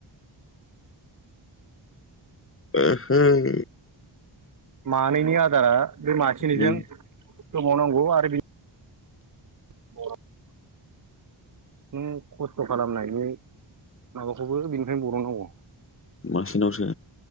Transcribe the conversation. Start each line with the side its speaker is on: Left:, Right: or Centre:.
Left: ओहोय
Right: मानैनि आदारा बे मासेनिजों
Left: नों
Right: होबावनांगौ आरो बि <unintelligible> नों खस्थ खालामनायनि माबाखौबो बेनिफ्रायनो बरननांगौ।
Left: मासे नावसो